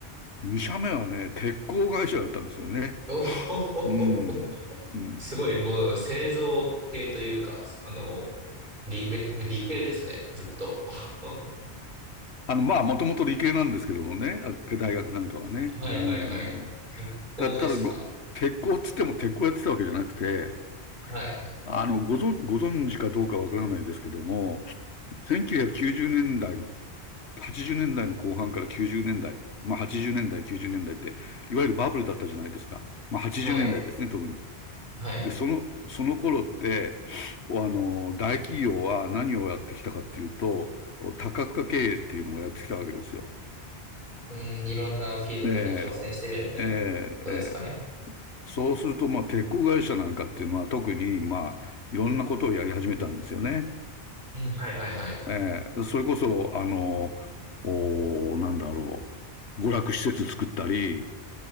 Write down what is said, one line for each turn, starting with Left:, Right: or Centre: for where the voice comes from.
Left: 2社目はね、鉄鋼会社だったんですよね。
Right: おお、
Left: うん。うん。
Right: すごいもう製造系というか、あの、理、理系ですね、ずっと。<laughs>
Left: あの、まあ、もともと理系なんですけどもね、あ大学なんかはね。
Right: はいはいはい。
Left: うん。
Right: 鉄工ですか
Left: だ、ただご、鉄鋼っつっても鉄鋼やってたわけじゃなくて、
Right: はい。
Left: あの、ご存、ご存知かどうかわからないですけども、1990年代、80年代の後半から90年代、まあ80年代、90年代って、いわゆるバブルだったじゃないですか。まあ80年代ですね、
Right: はい。
Left: 特に。
Right: はい。
Left: で、その、その頃って、あの、大企業は何をやってきたかっていうと、多角化経営っていうのをやってきたわけですよ。
Right: うん、いろんなフィールドに挑戦してみるみたいなことですかね。
Left: ええええ、ええ。そうすると、まあ、鉄鋼会社なんかっていうのは特に、まあ、いろんなことをやり始めたんですよね。
Right: うん、はいはいはい。
Left: ええ、それこそ、あの、おー、なんだろう、娯楽施設作ったり、